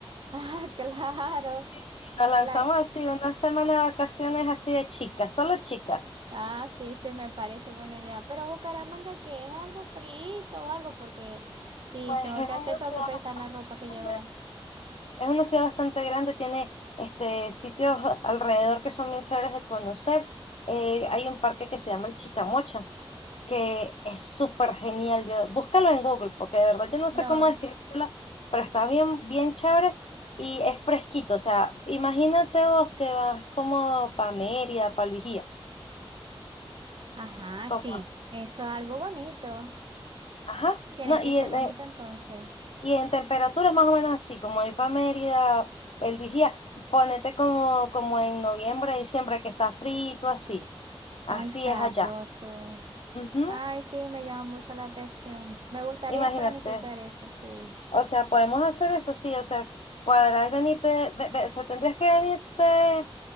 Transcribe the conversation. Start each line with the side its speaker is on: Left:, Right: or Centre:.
Right: ah, <laughs> claro.
Left: Sí, nos lanzamos
Right: La,
Left: así una semana de vacaciones así de chicas, solo chicas.
Right: ah, sí, sí, me parece buena idea. Pero Bucaramanga, que es algo frito o algo, porque si
Left: Pues
Right: tengo
Left: es
Right: que hacer,
Left: una
Right: tengo
Left: ciudad
Right: que pensar en la ropa
Left: bastante,
Right: que llevar.
Left: es una ciudad bastante grande, tiene este sitios alrededor que son bien chéveres de conocer. Eh, hay un parque que se llama el Chicamocha, que es súper genial. Yo, búscalo en Google, porque de verdad yo no
Right: Lo,
Left: sé cómo describírtelo, pero está bien, bien chévere y es fresquito. O sea, imagínate vos que vas como para Mérida, para el Vigía,
Right: ajá,
Left: como
Right: sí,
Left: así.
Right: eso es algo bonito.
Left: Ajá.
Right: Tiene
Left: No,
Right: que
Left: y
Right: ser
Left: en,
Right: bonito entonces.
Left: Y en temperatura más o menos así, como ir para Mérida, el Vigía, ponete como, como en noviembre, diciembre, que está frito, así. Así
Right: Ay, sabroso.
Left: es allá. Ujú.
Right: Ay, sí, me llama mucho la atención. Me gustaría
Left: Imagínate.
Right: planificar eso, sí.
Left: O sea, podemos hacer eso, sí. O sea, cuadrar, venirte, ve- ve- o sea, tendrías que venirte,